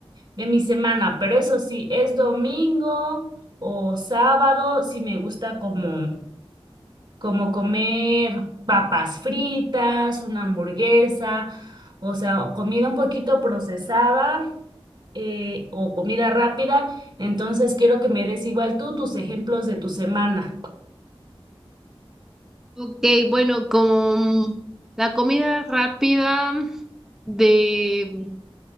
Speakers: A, on the right; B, in the centre.
A: de mi semana, pero eso sí, es domingo o sábado, si me gusta como, como comer papas fritas, una hamburguesa, o sea, comida un poquito procesada. eh, o comida rápida, entonces quiero que me des igual tú tus ejemplos de tu semana.
B: Ok, bueno, con la comida rápida de